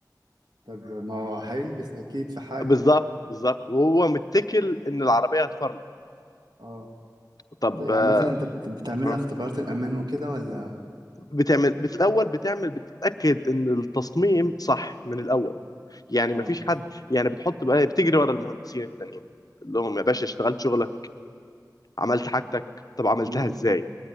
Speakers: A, on the right; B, on the left.
A: طب ما هو هيلبس اكيد في حاجة
B: بالظبط بالظبط وهو متكل ان العربيه هتفرمل
A: اه
B: طب
A: طب يعني
B: آه،
A: مثلا انت بت- بتعمل
B: آه.
A: لها اختبارات الامان وكده ولا
B: بتعمل بت- الاول بتعمل بتتاكد ان التصميم صح من الاول يعني
A: اه
B: ما فيش حد يعني بتحط بقى بتجري ورا المهندسين التانيين اللي هم يا باشا اشتغلت شغل عملت حاجتك طب عملتها
A: مم.
B: ازاي